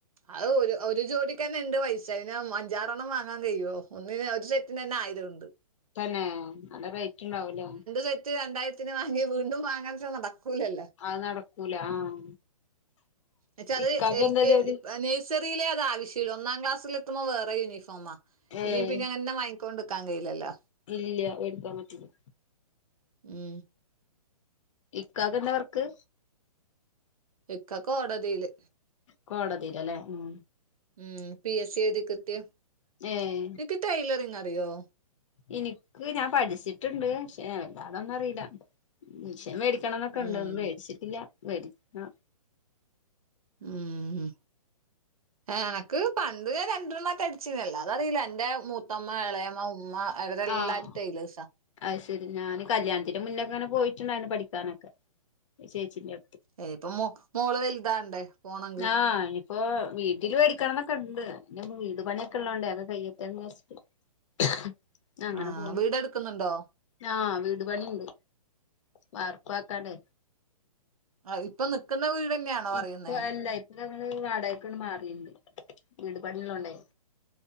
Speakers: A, on the right (about 65°); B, on the left (about 50°).
A: അത് ഒരു ഒരു ജോലി ന്നെ ഉണ്ട് പൈസ അന് അഞ്ചാറെ എണ്ണം വാങ്ങാൻ കഴിയുവോ ഒന്ന ഒരു സെറ്റിന് തന്നെ ആയിരം ഉണ്ട്
B: ഏ നല്ല റേറ്റ് ഉണ്ടാവൂലോ
A: സെറ്റ് രണ്ടായിരത്തിന് വാങ്ങി വീണ്ടും വാങ്ങാന്നുച്ച നടക്കൂലല്ലോ
B: അത് നടക്കൂല ആഹ്
A: അച്ച അത്
B: ഇക്കാക്ക്
A: എൽ
B: എന്താ
A: കെ
B: ജോലി
A: നേഴ്സറിയിലെ അത ആവശ്യ ഒന്നാം ക്ലാസിൽ എത്തുമ്പോ വേറെ യൂണിഫോമാ പിന്നെ
B: ഏഹ്
A: പിന്നെങ്തന്ന വാങ്ങിക്കൊണ്ട് ക്കാൻ കഴയില്ലോ
B: ഇല്ല എടുക്കാൻ പറ്റുല്ല
A: ഉം
B: ഇക്കാക്ക് ന്താ വർക്ക്
A: ഇക്ക കോടതിയില്
B: കോടതിയിലല്ലേ ഉം
A: ഉം പി എസ് സി എഴുതി കിട്ടി ന്നിക്ക്
B: ഏഹ്
A: ടെയിലറിങ് അറിയോ
B: എനിക്ക് ഞാൻ പഠിച്ചിട്ടുണ്ട് പക്ഷെ വല്ലാതൊന്നും അറിയില്ല മിഷൻ വേടി ടിക്കണംന്നൊക്കെ ഇണ്ട
A: ഉം.
B: ഒന്ന് മേടിച്ചിട്ടില്ല വെടികുണം
A: ഉം എനക്ക് പണ്ട് രണ്ടെരണ്ണം ട്ടെ അടിച്ചുന്നല്ലോഅതറിലേ എന്റെ മൂത്തമ്മ ഇളയമ്മ ഉമ്മ അവരെല്ലാരും
B: ആഹ
A: ടൈലേഴ്സാ.
B: അത് ശരി ഞാന് കല്യാണത്തിന്റെ മുന്നേങ്ങനെ പോയി ഇച്ച്ണ്ടായിരുന്നു പഠിക്കാനൊക്കെ ചേച്ചിന്റെ
A: എനിയിപ്പോ മോ മോള് വലുതാണ്ടേ പോണെങ്ക്
B: ആഹ ഇപ്പൊ വീട്ടില് വേടിക്കണംന്നൊക്കെ ഉണ്ട് അയിനുമ്പ് വീട് പണിക്കെള്ളോണ്ടേ അതെ കഴിയട്ടന്ന് വിചാരിച്ചിട്ട് അങ്ങനെ
A: ആഹ്
B: പോണ്
A: വീടെടുക്കുന്നുണ്ടോ
B: ആ വീട് പണിയുണ്ട് മർക്കാക്കാണ്
A: ആ ഇപ്പൊ നിിക്കുന്ന വീട്ന്നെയാണോ പറയുന്നേ
B: ഇപ്പൊ അല്ല ഇപ്പൊ ഞങ്ങള് വാടകക്ക്ണ്ട് മാറിയണ്ട് വീട്പാണിള്ളോണ്ടേ